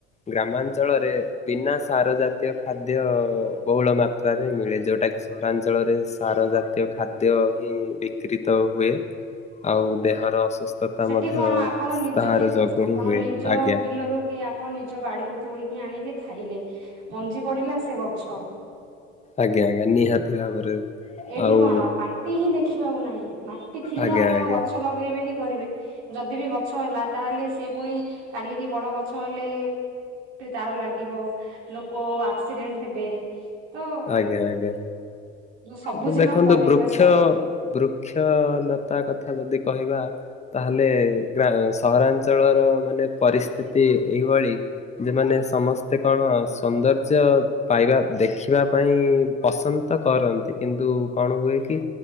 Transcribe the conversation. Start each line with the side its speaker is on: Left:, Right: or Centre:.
Left: ଗ୍ରାମାଞ୍ଚଳରେ ବିନା ସାର ଜାତୀୟ ଖାଦ୍ୟ ବହୁଳ ମାତ୍ରାରେ ମିଳେ ଯୋଉଟା କିି ସହରାଞ୍ଚଳରେ ସାର ଜାତ ଖାଦ୍ୟ ହିଁ ବିକ୍ରିତ ହୁଏ ଆଉ ଦେହର ଅସୁସ୍ଥତା
Right: ସେଠି
Left: ମଧ୍ୟ
Right: କଣ ଆପଣ ନିଜ
Left: ତାହାର ଯୋଗୁ
Right: ଆପଣ
Left: ହିଁ ହୁଏ
Right: ନିଜ
Left: ଆଜ୍ଞା
Right: ବିଲରୁ କି ଆପଣ ନିଜ ବାଡିରୁ ତୋଳିକି ଆଣିଲେ ଖାଇଲେ ମଞ୍ଜି ପଡିଲା ସେ ଗଛ
Left: ଆଜ୍ଞା ଆଜ୍ଞା ନିହାତି ଭାବରେ
Right: ଏଇଠି
Left: ଆଉ
Right: କଣ ମାଟି ହିଁ ଦେଖିବାକୁ ନାହିଁ ମାଟି ଥିଲେ
Left: ଆଜ୍ଞା
Right: ଆପଣ
Left: ଆଜ୍ଞା
Right: ଗଛ ଲଗେଇବେ କି ପାରିବେ ଯଦି ବି ଗଛ ହେଲା ତାହେଲେ ସେ ପୁଣି କାଲିକି ବଡ ଗଛ ହେଲେ ତାର ଲାଗିବ ଲୋକ ଆକ୍ସିଡେଣ୍ଟ ହେବେ ତ
Left: ଆଜ୍ଞା ଆଜ୍ଞା
Right: ସବୁଜିମା
Left: ତ ଦେଖନ୍ତୁ
Right: ପରିବେଶ
Left: ବୃକ୍ଷ ବୃକ୍ଷଲତା କଥା ଯଦି କହିବା ତାହେଲେ ଗ ସହରାଞ୍ଚଳର ମାନେ ପରିସ୍ଥିତି ଏଇଭଳି ଯେମାନେ ସମସ୍ତେ କଣ ସୌନ୍ଦର୍ଯ୍ୟ ପାଇବା ଦେଖିବା ପାଇଁ ପସନ୍ଦ କରନ୍ତି କିନ୍ତୁ କଣ ହୁଏ କି